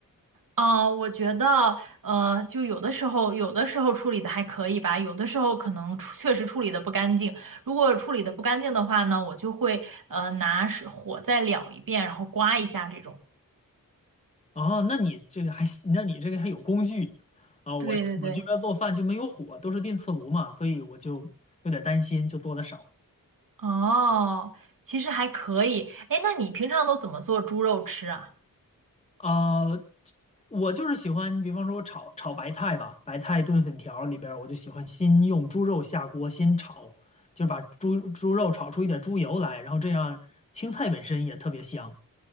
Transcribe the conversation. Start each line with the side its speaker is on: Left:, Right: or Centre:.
Right: 嗯，我觉得，呃，就有的时候，有的时候处理的还可以吧，有的时候可能处确实处理的不干净。如果处理的不干净的话呢，我就会呃拿是火再燎一遍，然后刮一下这种。
Left: 啊。那你这个还行，那你这个还有工具啊？我我这边做饭就没有火，
Right: 对对对。
Left: 都是电磁炉嘛，所以我就有点担心，就做的少。
Right: 哦，其实还可以。哎，那你平常都怎么做猪肉吃啊？
Left: 啊、我就是喜欢，比方说我炒炒白菜吧，白菜炖粉条里边儿我就喜欢先用猪肉下锅先炒，就把猪猪肉炒出一点猪油来，然后这样青菜本身也特别香。